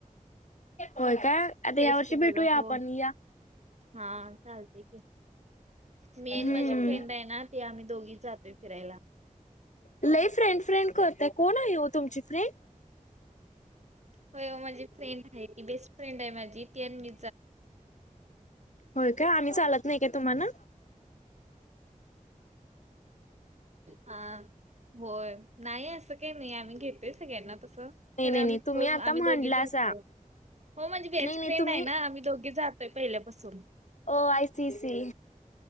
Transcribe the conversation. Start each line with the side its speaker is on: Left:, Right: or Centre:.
Left: होय का, आता
Right: फेस्टिवलला
Left: या वर्षी भेटूया
Right: हो.
Left: आपण या.
Right: हा, चालतय‌ की! मी
Left: हम्म.
Right: आणि माझी फ्रेंड आहे ना, ते आम्ही दोघी जातोय फिरायला.
Left: लई फ्रेंड फ्रेंड करतय कोण आहे हो तुमची फ्रेंड?
Right: होय माझी फ्रेंड आहे ती, बेस्ट फ्रेंड आहे माझी ती आण मी
Left: होय काय आम्ही, चालत नाही काय तुम्हाना.
Right: हा. होय नाही असं काही नाही आम्ही घेत सगळ्यांना तसं.
Left: नाही
Right: खरे
Left: नाही
Right: आम्ही
Left: नाही
Right: क्लोज
Left: तुम्ही आता
Right: आम्ही
Left: म्हंडलासा
Right: दोघीच असतो हो माझी बेस्ट
Left: नाही नाही
Right: फ्रेंड
Left: तुम्ही
Right: आहे ना आम्ही दोघीच आ पहिल्यापासून
Left: ओ आय सी सी.